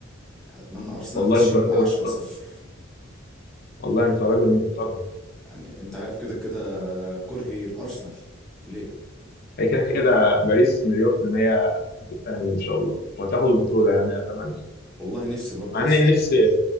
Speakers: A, in the centre; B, on the left.
A: اتمنى ارسنال
B: والله
A: تشيل
B: انت راجل
A: 10
B: محترم
A: صفر
B: والله انت راجل محترم
A: يعني انت عارف كده كده كرهي الارسنال وليه
B: هي كده كده باريس مليون في المية هتتأهل ان شاء الله وهتاخد البطولة يعني اتمنى
A: والله نفسي برضو
B: مع
A: بس
B: اني
A: يعني
B: نفسي